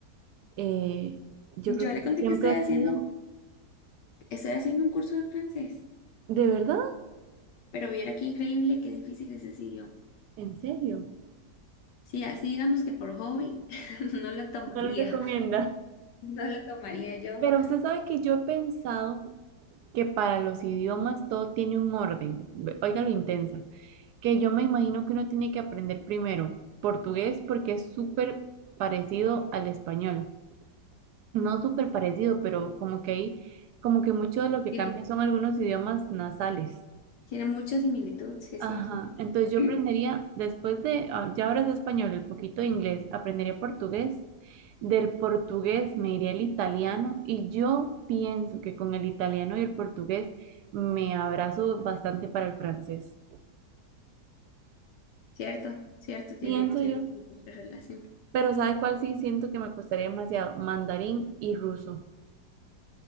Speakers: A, on the right; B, on the left.
A: eh, yo
B: Yo
A: creo que
B: le conté
A: siempre
B: que estoy
A: ha
B: haciendo,
A: sido,
B: estoy haciendo un curso de francés.
A: ¿de verdad?
B: Pero viera qué increíble, qué difícil es ese idioma.
A: ¿En serio?
B: Sí, así digamos que por hobby <laughs> no la tomaría,
A: No lo recomienda.
B: <laughs> no la tomaría yo.
A: Pero usted sabe que yo he pensado que para los idiomas todo tiene un orden. Ve- Oiga lo intensa. que yo me imagino que uno tiene que aprender primero portugués porque es súper parecido al español. No súper parecido, pero como que hay, como que mucho de lo que
B: Tiene,
A: cambia son algunos idiomas nasales.
B: tiene mucha similitud, sí es
A: Ajá,
B: cierto.
A: entonces yo
B: <clears throat>
A: aprendería, después de, ah, ya ahora es español, el poquito de inglés, aprendería portugués. Del portugués me iría el italiano y yo pienso que con el italiano y el portugués me abrazo bastante para el francés.
B: Cierto, cierto, tiene,
A: Pienso
B: tiene
A: yo.
B: como mucha relación.
A: Pero ¿sabe cuál sí siento que me costaría demasiado? Mandarín y ruso.